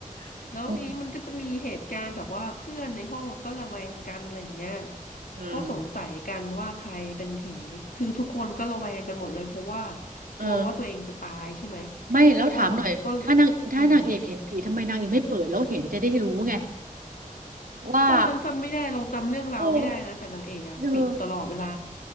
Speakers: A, on the right; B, on the left.
A: <laughs>
B: แล้วทีนี้มันก็จะมีเหตุการณ์แบบว่าเพื่อนในห้องก็ระแวงกันอะไรอย่างเงี้ย
A: อืม อืม
B: ก็สงสัยกันว่าใครเป็นผีคือทุกคนก็ระแวงกันหมดเลยเพราะว่า
A: เออ
B: กลัวว่าตัวเองจะตายใช่ไหม
A: ไม่แล้วถามหน่อย
B: ก็ก็
A: ถ้านางถ้านางเอกเห็นผี
B: อืม
A: ทำไมนางเอกไม่เปิด แล้วเห็นจะได้รู้ไงว่า
B: ตอนนั้นจำไม่ได้เราจำเรื่องราวไม่ได้นะแต่นางเอกอะปิดตลอดเวลา
A: โอ้เออ